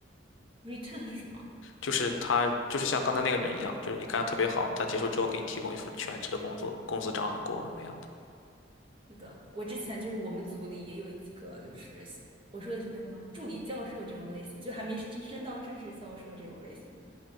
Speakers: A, on the right (about 25°); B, on the left (about 85°).
A: return 是什么？
B: 就是他就是像刚才那个人一样，就是你干得特别好，他结束之后给你提供一份全职的工作，工资涨很多那样的。
A: 是的，我之前就是我们组里也有几个，就是我说的是叫什么助理教授这种类型，就还没真升到正式教授这种类型的。